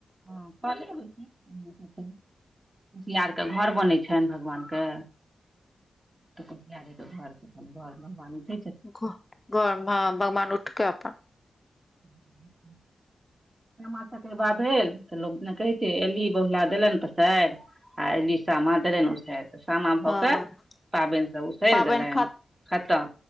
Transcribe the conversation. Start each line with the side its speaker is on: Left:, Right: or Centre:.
Right: हँ कले होइ छै कुसियार के घर बनै छनि भगवानके तऽ कुसियरे घरके घरमे बनते
Left: घ घर ह भगवान उठके अपन
Right: <inaudible> माथा भा भेल तऽ लगने कहै छै एली बौला देलनि पसार आ एल समान ते न उसतै तऽ सामा भऽ
Left: हँ
Right: कऽ पाबनि सब उसरि
Left: पाबनि
Right: देलनि
Left: ख
Right: खतम